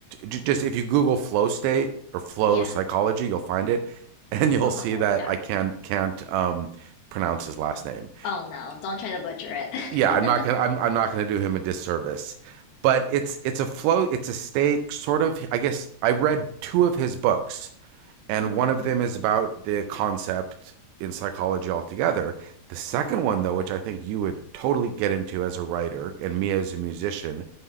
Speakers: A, on the right; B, on the left.
A: just if you Google flow state or flow
B: Yeah,
A: psychology, you'll find it, <laughs> and you'll
B: he'll
A: see
B: pop up.
A: that
B: Yeah.
A: I can't can't um, pronounce his last name.
B: Oh no, don't try to butcher it.
A: Yeah, I'm not gonna I'm I'm not gonna do him a disservice. But it's it's a flow it's a state sort of I guess I read two of his books
B: <laughs>
A: and
B: hmm
A: one of them is about the concept in psychology altogether. The second one, though, which I think you would totally get into as a writer and me as a musician,